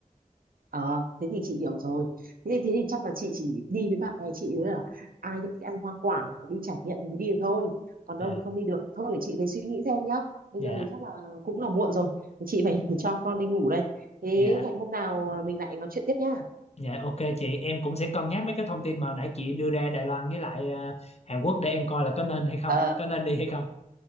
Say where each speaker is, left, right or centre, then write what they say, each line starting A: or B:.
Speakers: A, on the right (about 80°); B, on the left (about 45°).
A: Ờ, thế thì chị hiểu rồi. Thế thì, thế thì chắc là chị chỉ đi với bạn bè chị nữa là ai thích ăn hoa quả hoặc là đi trải nghiệm thì mới đi được thôi. Còn đâu
B: dạ
A: thì không đi được. Thôi để chị phải suy nghĩ xem nhá. Bây
B: dạ
A: giờ thì chắc là cũng là muộn rồi. Chị phải <laughs> cho con đi ngủ đây. Thế
B: dạ
A: hẹn hôm nào à, mình lại nói chuyện tiếp nhá.
B: Dạ ok chị, em cũng sẽ cân nhắc mấy cái thông tin mà nãy chị đưa ra Đài Loan với lại ờ, Hàn Quốc để em coi là có nên hay không,
A: Ờ,
B: có nên đi hay không.